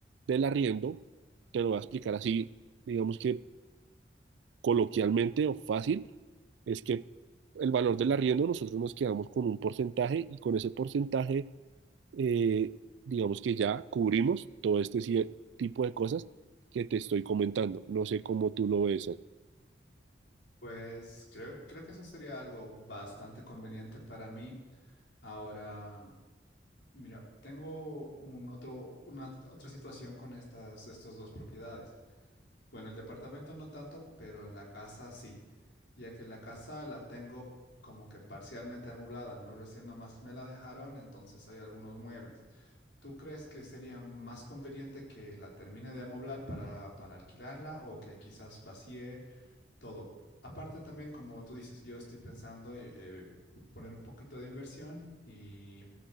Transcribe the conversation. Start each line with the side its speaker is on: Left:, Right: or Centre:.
Right: del arriendo, te lo voy a explicar así, digamos que coloquialmente o fácil, es que el valor del arriendo nosotros nos quedamos con un porcentaje y con ese porcentaje, eh, digamos que ya cubrimos todo este ci- tipo de cosas que te estoy comentando. No sé cómo tú lo ves. Sergio.
Left: Pues creo, creo que eso sería algo bastante conveniente para mí. Ahora, mira, tengo un otro, una otra situación con estas, estos dos propiedades. Bueno, el departamento no tanto, pero la casa sí, ya que la casa la tengo como que parcialmente amoblada, ¿no? Recién nomás me la dejaron, entonces hay algunos muebles. ¿Tú crees que sería más conveniente que la termine de amoblar para, para alquilarla o que quizás vacíe todo? Aparte también, como tú dices, yo estoy pensando eh, eh, poner un poquito de inversión y